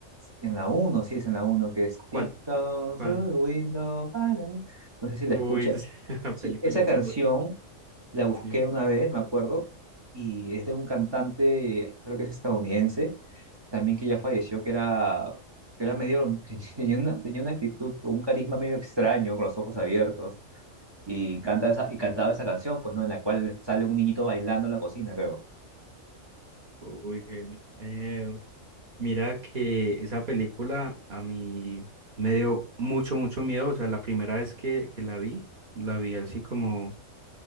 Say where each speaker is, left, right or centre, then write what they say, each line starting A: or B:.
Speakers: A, on the right; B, on the right.
A: en la uno sí, es en la uno que es Tiptoe
B: ¿Cuál? ¿Cuál?
A: through the window. by the win-". No sé si
B: Uy,
A: la escuchas.
B: <laughs> esa
A: Sí,
B: película
A: esa
B: es
A: canción
B: súper.
A: la busqué
B: Sí.
A: una vez, me acuerdo, y es de un cantante, creo que es estadounidense, también que ya falleció, que era, que era medio, <laughs> tenía una, tenía una actitud, un carisma medio extraño, con los ojos abiertos, y, canta esa, y cantaba esa canción, pues, ¿no? En la cual sale un niñito bailando en la cocina, creo.
B: Uy, qué miedo. Mira que esa película a mí me dio mucho, mucho miedo. O sea, la primera vez que, que la vi, la vi así como